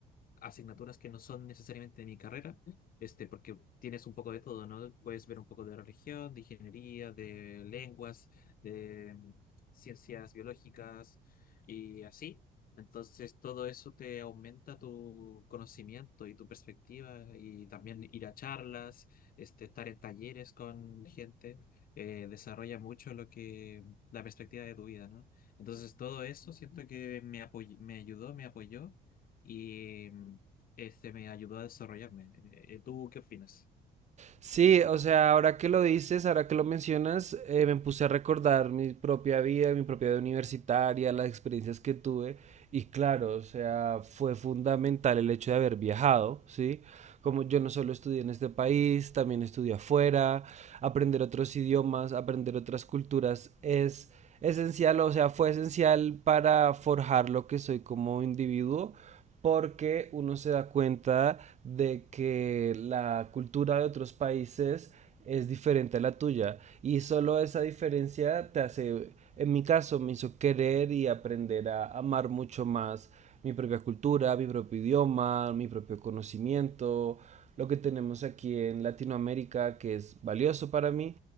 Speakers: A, on the left; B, on the right.
A: asignaturas que no son necesariamente de mi carrera, este porque tienes un poco de todo, ¿no? Puedes ver un poco de religión, de ingeniería, de lenguas, de mm, ciencias biológicas y así. Entonces todo eso te aumenta tu conocimiento y tu perspectiva y también ir a charlas, este, estar en talleres con gente, eh, desarrolla mucho lo que, la perspectiva de tu vida, ¿no? Entonces todo eso siento que me apoy- me ayudó, me apoyó y mm, este me ayudó a desarrollarme. Eh, ¿Tú qué opinas?
B: Sí, o sea, ahora que lo dices, ahora que lo mencionas, eh, me puse a recordar mi propia vida, mi propia vida universitaria, las experiencias que tuve. Y claro, o sea, fue fundamental el hecho de haber viajado, ¿sí? Como yo no solo estudié en este país, también estudié afuera, aprender otros idiomas, aprender otras culturas es esencial, o sea, fue esencial para forjar lo que soy como individuo porque uno se da cuenta de que la cultura de otros países es diferente a la tuya y solo esa diferencia te hace, en mi caso, me hizo querer y aprender a amar mucho más mi propia cultura, mi propio idioma, mi propio conocimiento, lo que tenemos aquí en Latinoamérica que es valioso para mí.